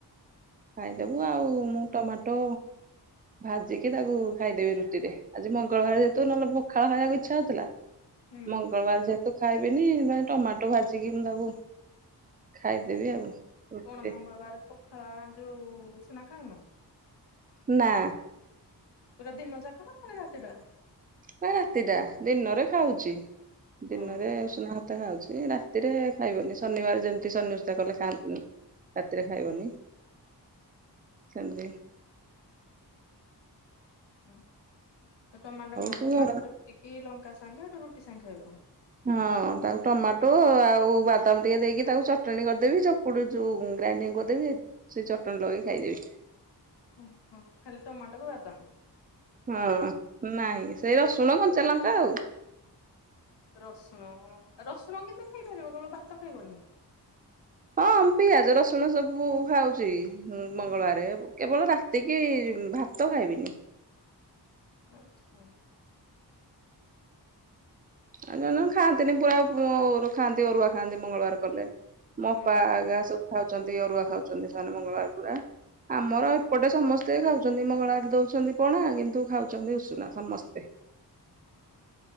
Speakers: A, on the right; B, on the left.
A: ଖାଇଦବୁ ଆଉ, ମୁଁ ଟମାଟୋ ଭାଜିକି ତାକୁ ଖାଇଦେବି ରୁଟିରେ, ଆଜି ମଙ୍ଗଳବାର ଯେହେତୁ, ନହେଲେ ପଖାଳ ଖାଇବାକୁ ଇଚ୍ଛା ହଉଥିଲା।
B: ହୁଁ
A: ମଙ୍ଗଳବାର ଯେହେତୁ। ଖାଇବିନି ଯାଇ, ଟମାଟୋ ଭାଜିକି ତାକୁ, ଖାଇଦେବି ଆଉ। ରୁଟିରେ
B: କଣ, ମଙ୍ଗଳବାର ପଖାଳ ଯୋଉ ଉଷୁନା। ଖାଉନ।
A: ନା
B: ପୁରା ଦିନ ଯାକ ନା ପୁଣି ରାତିଟା?
A: ନାଇଁ ରାତି ଟା ଦିନରେ ଖାଉଛି। ଦିନରେ
B: ଓହୋ
A: ଉଷୁନା ଭାତ ଖାଉଛି। ସେ ରାତିରେ ଖାଇବନି ଶନିବାର ଯେମିତି ଶନି ଓଷା କଲେ ଖାଆନ୍ତିନି। ରାତିରେ ଖାଇବନି। ସବଜୁ <inaudible>
B: ହୁଁ। ତ ଟମାଟର କଣ
A: ସେ
B: ଟମାଟ
A: ଘର
B: ଚକଟିକି ଲଙ୍କା। ସାଙ୍ଗେ ରୁଟି ସାଙ୍ଗେ ଖାଇବ।
A: ହଁ ତାକୁ ଟମାଟୋ ଆଉ ବାଦାମ ଟିକେ ଦେଇକି ତାକୁ ଚଟଣି କରିଦେବି ଚକୁଡ଼ି ଯୋଉ ଗ୍ରାଇଣ୍ଡିଙ୍ଗ କରିଦେବି ସେ ଚଟଣିୀ ଲଗେଇ ଖାଇଦେବି।
B: ହଁ ହୁଁ ଖାଲି ଟମାଟକୁ ବଦାମ।
A: ହଁ ନାଇଁ ସେଇ ରସୁଣ କଞ୍ଚା ଲଙ୍କା। କଉ <inaudible>
B: ରସୁଣ ରସୁଣ କିନ୍ତୁ ଖାଇପାରିବ କେବଳ ଭାତ ଖାଇବନି।
A: ହଁ ପିଆଜ ରସୁଣ ସବୁ ଖାଉଛି ମଙ୍ଗଳବାରେ କେବଳ ରାତି କିି ଭାତ ଖାଇବିନି।
B: ଆଚ୍ଛା।
A: ଆଉ ଜଣେ ଜଣେ ଖାଆନ୍ତିନି ପୁରା ଖାଆନ୍ତି ଅରୁଆ ଖାଆନ୍ତି ମଙ୍ଗଳବାର କଲେ। ମୋପା
B: ହୁଁ।
A: ଗା ସବୁ ଖାଉ <inaudible> ାଉ ଅରୁଆ ଖାଉଛନ୍ତି ସେମାନେ ମଙ୍ଗଳବାର ପୁରା ଆମର ଏପଟେ ସମସ୍ତେ ଖାଉଛନ୍ତି ମଙ୍ଗଳବାର ଦଉଛନ୍ତି ପଣା କିନ୍ତୁ ଖାଉଛନ୍ତି ଉଷୁନା ସମସ୍ତେ।